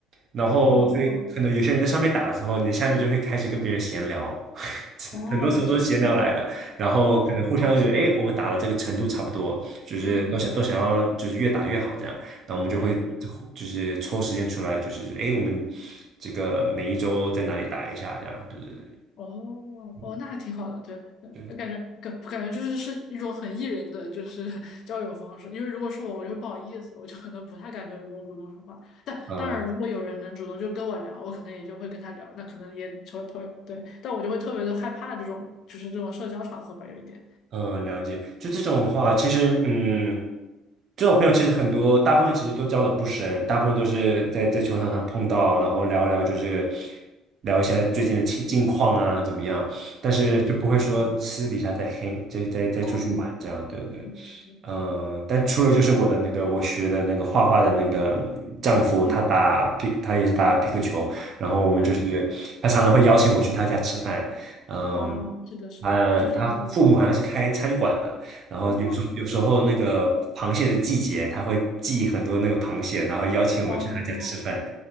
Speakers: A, on the right; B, on the left.
A: 然后所以可能有些人在上面打的时候，
B: 哦
A: 你在下面就会开始跟别人闲聊，<laughs>
B: 哦，
A: 很多时候都是闲聊来的，
B: 原来是，嗯，
A: 然后可能互相觉得，
B: 哇，哦，是的，
A: 哎，我们打的这个程度差不多，就是都想都想要就是越打越好这样，
B: 嗯哼，
A: 那我们就会
B: 对对，
A: 就是抽时间出来，就是哎，我们这个每一周在哪里打一下这样，对对对，
B: 哦哦，
A: 嗯，
B: 那还挺好的，对
A: 对，
B: 对，感觉感感觉就是是一种很 E 人的就是 <laughs> 交友方式，因为如果是我，我就会不好意思，我就可能不太敢跟别人主动说话。但当然，
A: 嗯。
B: 如果有人能主动就跟我聊，我可能也就会跟他聊，那可能也成为朋友。对，但我就会特别的害怕这种就是这种社交场合吧，有一点。
A: 嗯，了解。就这种的话，其实，嗯，这种朋友其实很多，大部分其实都交的不深，大部分都是在在球场上碰到，然后聊一聊，就是聊一下最近的近近况啊，怎么样？但是就不会说私底下再黑，
B: 对，就是嗯，
A: a n g 再再再出去玩这样，
B: 哦，
A: 对对。
B: 这种是的，是的对，
A: 嗯、但除了就是我的那个我学的那个画画的那个丈夫，
B: 嗯，
A: 他打皮，他也是打皮克球，然后我们就是他常常会邀请我去他家吃饭，
B: 对，
A: 嗯。
B: 啊，是的，是的，
A: 呃，
B: 就是很有可能。
A: 他父母好像是开餐馆的，然后有时候有时候那个螃蟹的季节，
B: 哦，
A: 他会寄很多那个螃蟹，然后邀请我去他家吃饭。
B: 哇哦